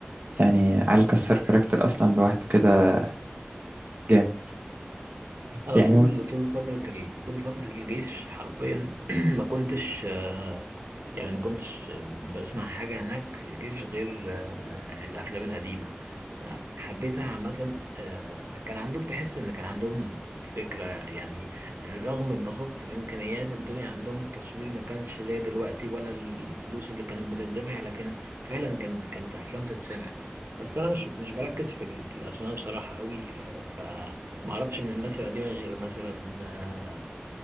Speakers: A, on the right (about 45°); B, on the right (about 70°).
A: يعني علي الكسار كاركتر أصلا لوحده كده جامد
B: انا
A: يعني
B: طول
A: هو
B: طول فتره ال... طول فتره الجيش حرفيا <clears throat> ما كنتش آه، يعني ما كنتش آه، بسمع حاجه هناك في الجيش غير آه، الافلام القديمه انا حبيتها عامه آه، كان عندهم تحس ان كان عندهم فكره يعني رغم من بساطه الامكانيات الدنيا عندهم التصوير ما كانش زي دلوقتي ولا الفلوس اللي كانت بتدفع لكن فعلا كانت كانت افلام تتسمع بس انا مش مش بركز في ال- في الاسماء بصراحه قوي ف ما اعرفش من الناس القديمه غير مثلا آه،